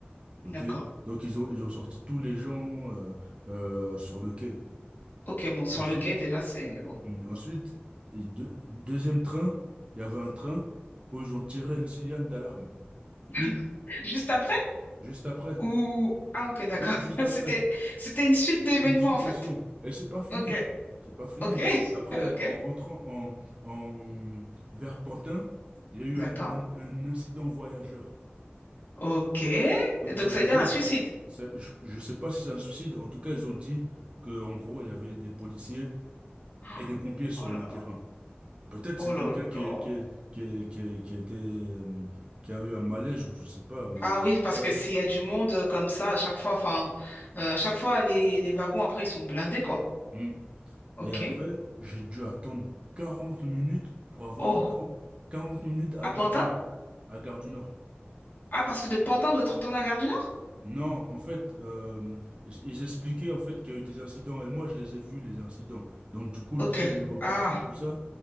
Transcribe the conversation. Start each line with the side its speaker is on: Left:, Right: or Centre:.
Right: OK?
Left: D'accord.
Right: Donc, ils ont, ils ont sorti tous les gens euh, euh, sur le quai.
Left: Ok, bon, sur
Right: Ensuite,
Left: le quai, déjà, c'est bon.
Right: Hmm, Ensuite, et deux- deuxième train, il y avait un train où ils ont tiré le signal d'alarme.
Left: <laughs> Juste après?
Right: Hmm, Juste après.
Left: Ou... Ah, ok, d'accord.
Right: Non, juste
Left: <laughs>
Right: après.
Left: C'était, c'était une suite d'événements,
Right: Une succession.
Left: en fait.
Right: Et c'est pas fini.
Left: Ok,
Right: C'est pas fini.
Left: ok, <laughs>
Right: Après,
Left: ok,
Right: en rentrant en, en vers Pantin, il y a eu
Left: d'accord.
Right: un, un- un incident voyageur.
Left: Ok.
Right: Donc
Left: Donc,
Right: ça veut
Left: ça veut
Right: dire,
Left: dire un suicide.
Right: ça- je, je sais pas si c'est un suicide. En tout cas, ils ont dit que en gros, il y avait des policiers
Left: <gasps> Ah,
Right: et des pompiers sur
Left: Oh là
Right: le terrain.
Left: là,
Right: Peut-être
Left: oh
Right: c'est
Left: là
Right: quelqu'un qui,
Left: là.
Right: est- qui, est- qui, est- qui, est- qui a été, euh, qui a eu un malaise ou je sais pas, mais
Left: Ah
Right: en
Left: oui,
Right: tout
Left: parce
Right: cas.
Left: que s'il y a du monde euh, comme ça, à chaque fois, enfin, euh, à chaque fois, les, les wagons, après, ils sont blindés, quoi.
Right: Mm.
Left: Ok.
Right: Et après, j'ai dû attendre 40 minutes pour avoir
Left: Oh,
Right: un train. quarante minutes à
Left: à Pantin?
Right: Gare du Nord. À Gare du Nord.
Left: Ah, parce que de Pantin, vous êtes retourné à Gare du Nord?
Right: Non, en fait, euh, ils expliquaient en fait qu'il y a eu des incidents et moi je les ai vus les incidents. Donc du coup, le
Left: Ok.
Right: train il est reparti,
Left: Ah,
Right: tout ça.